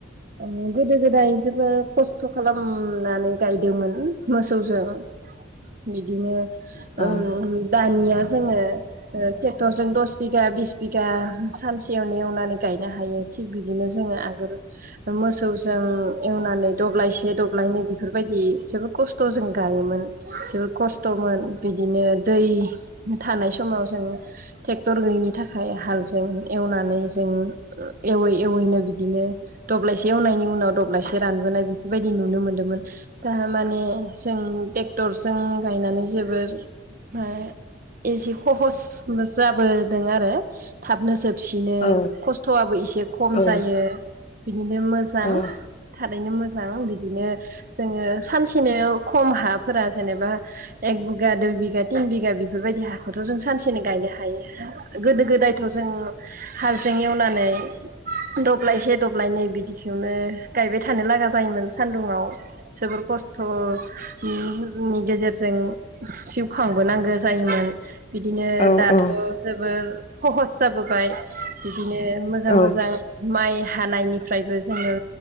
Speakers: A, on the right; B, on the left.
A: ओ गोदो गोदाय जोबोद खस्थ' खालामनानै गायदोंमोन मोसौजों बिदिनो
B: औ
A: ओ दानिया जोङो ओ ट्रेक्टरजों दस बिगा बिस बिगा सानसेयावनो एवनानै गायनो हायो थिग बिदिनो जोङो आगोल मोसौजों एवनानै दब्लायसे दब्लायनै बेफोरबायदि जोबोर खस्थ' जों गायोमोन जोबोर खस्थ खस्थ'मोन बिदिनो दै थानाय समाव जोङो ट्रेक्टर गैयैनि थाखाय हालजों एवनानै जों एवै एवैनो बिदिनो दब्लायसे एवनायनि उनाव दब्लायसे रानबोनाय बेफोरबायदि नुनो मोनदोंमोन दा माने जों ट्रेक्टरजों गायनानै जोबोर ओ एसे सहसबो जाब बो दों आरो थाबनो जोब सिनो
B: औ
A: खस्थ'आबो एसे खम
B: औ
A: जायो। बिदिनो मोजां
B: औ
A: थारैनो मोजां बिदिनो जोङो सानसेनो खम हाफोरा जेनेबा एक बिगा दुइ बिगा तिन बिगा बेफोरबायदि हाखौथ' जों सानसेनो गायनो हायो। गोदो गोदायथ' जों हालजों एवनानै दब्लायसे दब्लायनै बिदिखौनो गायबाय थानो लागा जायोमोन सानदुुंङाव जोबोर खस्थ'नि गेजेरजों जिउ खांबोनांगौ जायोमोन। बिदिनो
B: औ औ
A: दाथ' जोबोर सहस जाबोबाय। बिदिनो मोजां
B: औ
A: मोजां। माइ हानायनिफ्रायबो जोङो